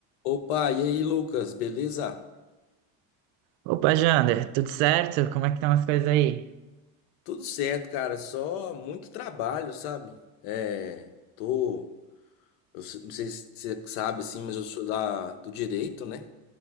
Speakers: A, on the left (about 85°); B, on the right (about 75°).
A: Opa, e aí, Lucas, beleza?
B: Opa, Jander, tudo certo? Como é que estão as coisas aí?
A: Tudo certo, cara, só muito trabalho, sabe? É, tô, eu s- não sei se você sabe assim, mas eu sou da do direito, né?